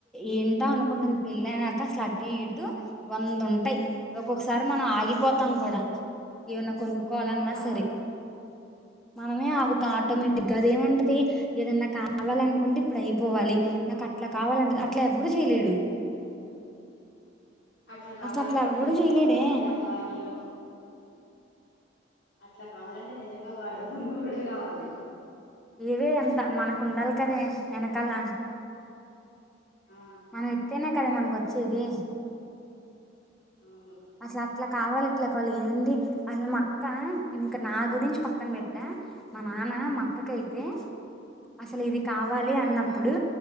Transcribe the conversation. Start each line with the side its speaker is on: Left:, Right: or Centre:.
Centre: ఏ అనుకుంటుంది పెళ్ళైనాక అటు ఇటు వంద ఉంటాయి ఒక్కొక్క సారి మనం ఆగిపోతాం
Left: అవును
Centre: కూడా. ఏమన్నా కొనుక్కోవాలన్నా
Left: మనమే ఆగుతాం
Centre: సరే మనమే ఆగుతాం ఆటోమేటిక్ గా అదేమంటది. ఏదన్నా కావాల అనుకుంటే ఇప్పుడు అయిపోవాలి నాకు అట్లా కావాలంటే అట్లా ఎప్పుడూ చేయలేడు.
Left: అట్లా కావాలంటే
Centre: అసలు ఎవ్వడు
Left: నిజం
Centre: చేయలేడే
Left: చెప్పాలంటే అంబానీయో. అట్లా కావాలంటే నిజంగా బాడబ్బున్నోడే రావాలె.
Centre: ఇవే అంత మనకు ఉండాలి కదే ఎనకాల.
Left: ఆ
Centre: మనం ఇత్తేనే కదే మనకొచ్చేది.
Left: అవును
Centre: అసలు అట్లా కావాలి ఇట్లా కావాలి. ఏంది అసలు మా అక్క ఇంక నా గురించి పక్కన పెట్టినా, మా నాన్న మా అక్కకైతే తే అసలు ఇది కావాలి అన్నప్పుడు